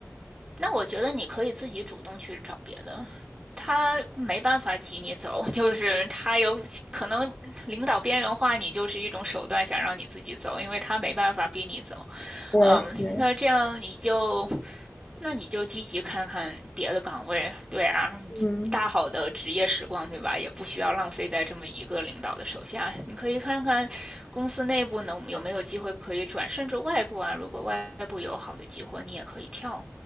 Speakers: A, on the right; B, on the left.
A: 那我觉得你可以自己主动去找别的，他没办法挤你走，<laughs> 就是他有可能领导边缘化你，就是一种手段，想让你自己走，因为他没办法逼你走。
B: 对，
A: 嗯，
B: 是。
A: 那这样你就那你就积极看看别的岗位，对啊，
B: 嗯
A: 大好的职业时光，对吧？也不需要浪费在这么一个领导的手下。你可以看看公司内部能有没有机会可以转，甚至外部啊，如果外部有好的机会，你也可以跳。